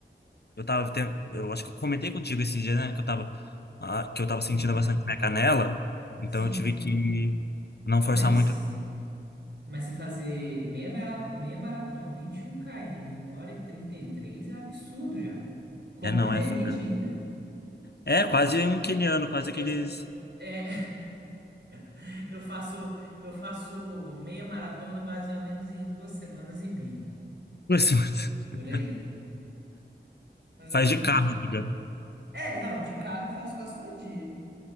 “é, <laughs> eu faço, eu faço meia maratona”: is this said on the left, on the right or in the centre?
Right